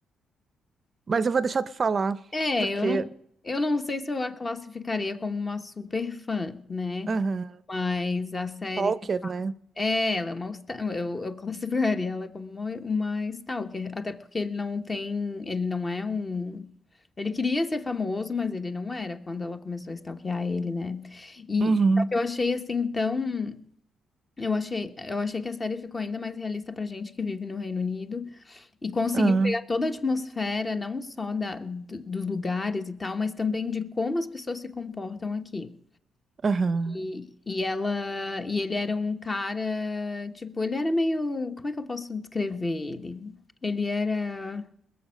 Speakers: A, on the right; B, on the left.
A: mas eu vou deixar tu falar,
B: É,
A: porque,
B: eu não, eu não sei se eu a classificaria como uma super fã, né?
A: aham,
B: Mas a série,
A: Stalker, né?
B: é, ela é uma, sta- eu, eu <laughs> classificaria ela como uma, uma stalker, até porque ele não tem, ele não é um, ele queria ser famoso, mas ele não era quando ela começou a stalkear ele, né? E
A: Uhum.
B: só que eu achei assim tão, eu achei, eu achei que a série ficou ainda mais realista pra gente que vive no Reino Unido. E conseguiu
A: Ah,
B: pegar toda a atmosfera, não só da, do- dos lugares e tal, mas também de como as pessoas se comportam aqui.
A: aham.
B: E, e ela, e ele era um cara, tipo, ele era meio, como é que eu posso descrever ele? Ele era,